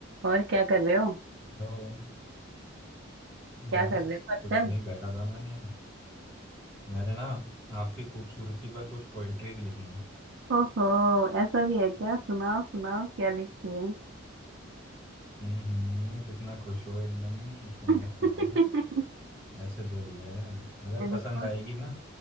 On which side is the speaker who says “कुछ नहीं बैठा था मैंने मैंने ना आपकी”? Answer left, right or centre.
Centre